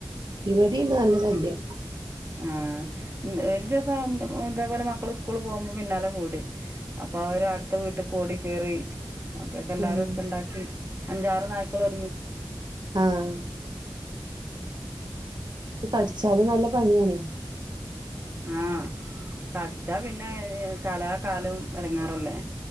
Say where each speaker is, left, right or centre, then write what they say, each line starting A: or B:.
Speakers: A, on the right; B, on the right.
A: ഇവിടെയുണ്ട് നല്ല ശല്യം
B: ആഹ്, ഉം ഒര് ദിവസം ഉം ഇതേപോലെ മക്കള് സ്കൂൾ പോകുമ്പോ പിന്നാലെ കൂടി അപ്പൊ അവര് അടുത്ത വീട്ട്ക്കോടി കേറി അപ്പഴ്ക്കെല്ലാരൊച്ചണ്ടാക്കി
A: ഉം
B: അഞ്ചാറ് നായ്ക്ക്ള് ഒരുമിച്ച്
A: ആഹ് ത് കടിച്ചാലും നല്ല പണിയാണേ.
B: ആഹ് കടിച്ചാ പിന്നെ ഏ കാലാ കാലം എടങ്ങേറല്ലേ.